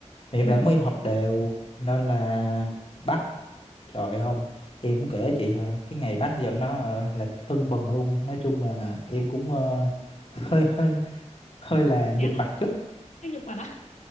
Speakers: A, on the left; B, on the left.
A: mẹ
B: Ừ.
A: em lại muốn em học đều nên là bắt trời không em cũng kể chị hả cái ngày bắt dần nó ờ, là tưng bừng luôn nói chung là em cũng ờ, <laughs> hơi hơi hơi là nhục
B: Chán à?
A: mặt chút
B: Anh nhục bạn à?